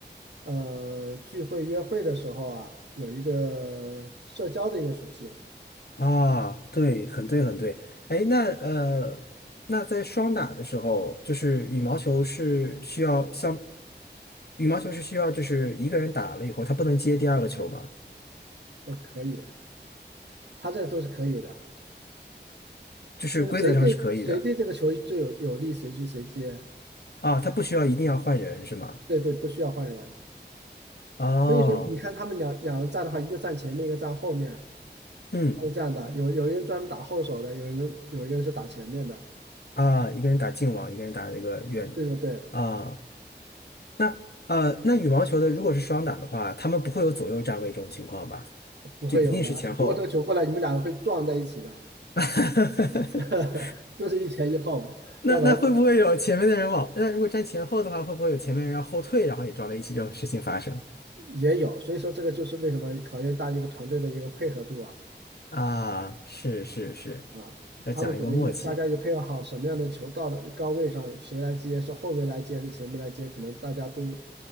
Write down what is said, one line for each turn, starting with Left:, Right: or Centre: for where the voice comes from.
Right: 呃聚会约会的时候啊，有一个社交的一个属性。
Left: 啊，对，很对，很对。哎，那呃，那在双打的时候，就是羽毛球是需要像羽毛球是需要就是一个人打了以后，他不能接第二个球吗？
Right: 呃，可以，它这都是可以的，
Left: 就是规则上是可以的。
Right: 就是谁对谁对这个球最有有利，谁去谁接。
Left: 啊，他不需要一定要换人是吗？
Right: 对对，不需要换人。
Left: 哦，
Right: 所以说你看他们两两人站的话，一个站前面，一个站后面，
Left: 嗯，
Right: 他这样的，有有人专门打后手的，有人有一个人是打前面的。
Left: 啊，一个人打近网，一个人打那个远的啊，
Right: 对对对，
Left: 那呃，那羽毛球的如果是双打的话，他们不会有左右站位这种情况吧？
Right: 不会有的。
Left: 就一定是前后。
Right: 如果这个球过来，你们两个会撞在一起的，
Left: <laughs>
Right: <laughs> 都是一前一后嘛，
Left: 那那会不会有前面的人往？
Right: 要不然
Left: 那如果站前后的话，会不会有前面人要后退，然后也撞在一起这种事情发生？
Right: 也有。所以说这个就是为什么考验大家一个团队的一个配合度啊
Left: 啊，是是是，
Right: 啊，
Left: 要讲一个默契。
Right: 他们可能就是大家也配合好什么样的球到的高位上，谁来接，是后卫来接还是前面来接，可能大家都